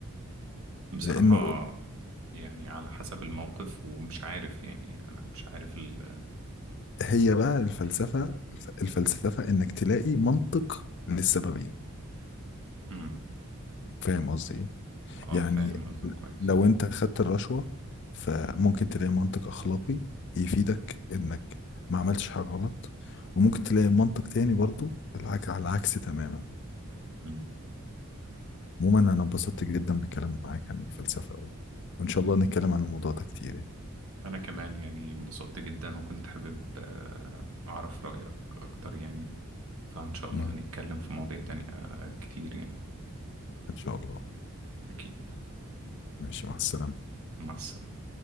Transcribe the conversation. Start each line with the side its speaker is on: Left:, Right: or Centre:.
Right: بصراحة
Left: لانه
Right: يعني على حسب الموقف ومش عارف يعني أنا مش عارف ال
Left: هي بقى الفلسفة
Right: أكيد.
Left: الف- الفلسفة انك تلاقي منطق للسببين
Right: مم.
Left: فاهم قصدي ايه
Right: اه
Left: يعني
Right: فاهم قصدك كويس
Left: لو انت خدت الرشوة فممكن تلاقي منطق اخلاقي يفيدك انك ما عملتش حاجة غلط وممكن تلاقي منطق تاني برضو العك على العكس تماما
Right: مم.
Left: عموما انا انبسطت جدا بالكلام معاك عن الفلسفة و... وان شاء الله نتكلم عن الموضوع ده كتير يعني
Right: أنا كمان يعني انبسطت جدا وكنت حابب آه، أعرف رأيك أكتر يعني فإن شاء الله
Left: مم.
Right: هنتكلم في مواضيع تانية آه، كتير يعني
Left: ان شاء الله
Right: أكيد
Left: ماشي مع السلامة
Right: مع السلامة